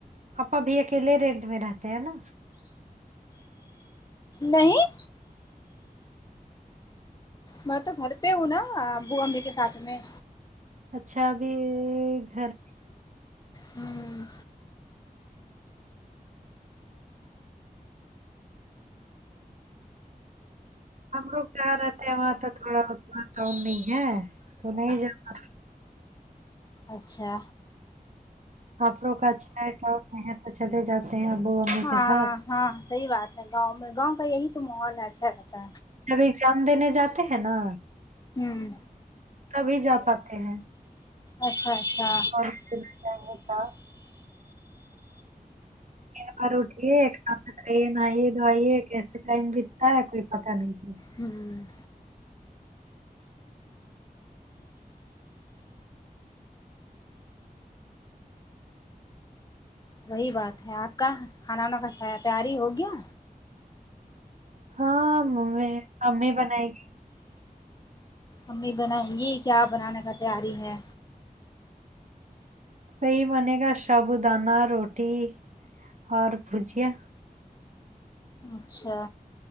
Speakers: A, on the right; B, on the left.
A: اپ ا بھی اکیلے ہی رینٹ میں رہتے ہیں نا
B: نہیں میں تو گھر پہ ہوں نا ابو امی کے ساتھ میں
A: اچھا ابھی گھر
B: ہوں
A: ہم لوگ جہاں رہتے ہیں وہاں تو تھوڑا اتنا کا نہیں ہے تو نہیں جا پاتے
B: اچھا
A: آوں کا اچھا محنت چلے جاتے ہیں ابو امی
B: ہاں
A: کے ساتھ
B: ہاں صحیح بات ہے گاؤں میں گاؤں کا یہی تو مال اچھا رہتا
A: جب ایگزام دینے جاتے ہیں نا
B: ہوں
A: تبھی جا پاتے ہیں
B: اچھا اچھا
A: ک تھا بار اٹھیے کھانا کھائیے نہائیے دوائیے کیسے ٹائم بیتتا ہے کوئی پتا نہیں تھا
B: ہوں وہی بات ہے آپ کا کھانا وانا کا تیاری ہوگیا
A: ہاں م ممی بنائے گی
B: امی بنائ گی کیا بنانے کا تیاری ہے
A: وہی بنے گا سب دانہ روٹی اور بھجیا
B: اچھا